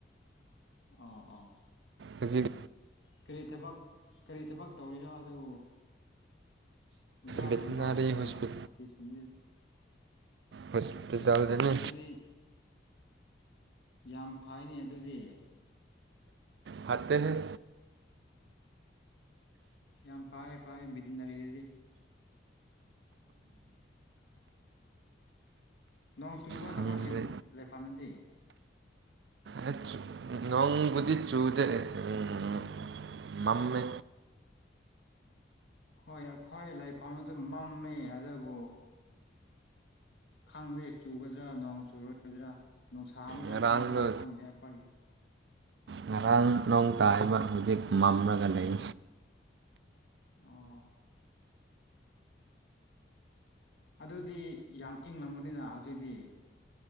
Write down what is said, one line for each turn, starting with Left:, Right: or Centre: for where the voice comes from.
Left: ꯑꯣ ꯑꯣ
Right: ꯍꯧꯖꯤꯛ
Left: ꯀꯔꯤ ꯊꯕꯛ ꯀꯔꯤ ꯊꯕꯛ ꯇꯧꯔꯤꯔ ꯑꯗꯨ ꯑꯣꯖꯥꯒꯨꯝꯕ
Right: ꯚꯦꯇꯤꯅꯥꯔꯤ
Left: ꯑꯗꯨꯒ
Right: ꯍꯣꯁꯄꯤ
Left: ꯑꯣꯐꯤꯁ ꯒꯨꯝꯕꯗꯤ
Right: ꯍꯣꯁꯄꯤꯇꯥꯜꯗꯅꯦ
Left: ꯑꯁ ꯑꯗꯨꯗꯤ ꯌꯥꯝ ꯐꯩꯅꯦ ꯑꯗꯨꯗꯤ
Right: ꯐꯠꯇꯦꯍꯦ
Left: ꯌꯥꯝ ꯐꯥꯏꯌꯦ ꯐꯥꯏꯌꯦ ꯕꯤꯗꯅꯔꯤꯗꯨꯗꯤ ꯅꯣꯡ ꯆꯨꯕꯅꯀꯣ
Right: ꯈꯪꯗꯦ
Left: <unintelligible> ꯂꯩꯐꯝꯗꯤ
Right: ꯑꯩꯁ ꯅꯣꯡꯕꯨꯗꯤ ꯆꯨꯗꯦ ꯎꯝ ꯃꯝꯃꯦ
Left: ꯍꯣꯏ ꯑꯩꯈꯣꯏ ꯂꯩꯐꯝꯗꯨ ꯃꯝꯃꯦ ꯑꯗꯨꯕꯨ ꯈꯪꯗꯦ ꯆꯨꯒꯗ꯭ꯔꯥ ꯅꯣꯡ ꯆꯨꯔꯣꯏꯗ꯭ꯔꯥ ꯅꯨꯡꯁꯥ ꯑꯃꯨꯛꯀ
Right: ꯉꯔꯥꯡꯗꯣ
Left: ꯊꯣꯔꯛꯒꯗ꯭ꯔꯥ ꯈꯪꯗꯦ ꯑꯩꯈꯣꯏꯒꯤ
Right: ꯉꯔꯥꯡ ꯅꯣꯡ
Left: ꯑꯣ
Right: ꯇꯥꯏꯕ ꯍꯧꯖꯤꯛ ꯃꯝꯂꯒ ꯂꯩ
Left: ꯑꯣ ꯑꯗꯨꯗꯤ ꯌꯥꯝ ꯏꯪꯂꯝꯒꯅꯤꯅ ꯍꯧꯖꯤꯛꯇꯤ